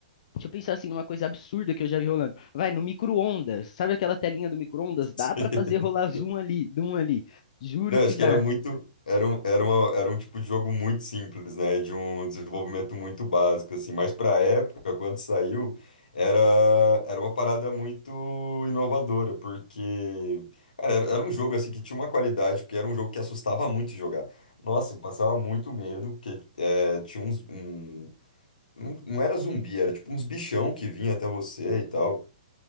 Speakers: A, on the left (about 55°); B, on the left (about 85°).
A: Deixa eu pensar assim numa coisa absurda que eu já vi rolando. Vai, no micro-ondas. Sabe aquela telinha do micro-ondas?
B: <laughs>
A: Dá
B: sim.
A: pra fazer rolar zoom ali, zoom ali. Juro
B: Não,
A: que
B: acho
A: dá.
B: que era muito. Era um, era uma, era um tipo de jogo muito simples, né? De um desenvolvimento muito básico, assim. Mas pra época, quando saiu, era, era uma parada muito inovadora, porque, cara, era, era um jogo, assim, que tinha uma qualidade, porque era um jogo que assustava muito de jogar. Nossa, eu passava muito medo, porque é, tinha uns, um- Não, não era zumbi, era tipo uns bichão que vinha até você e tal.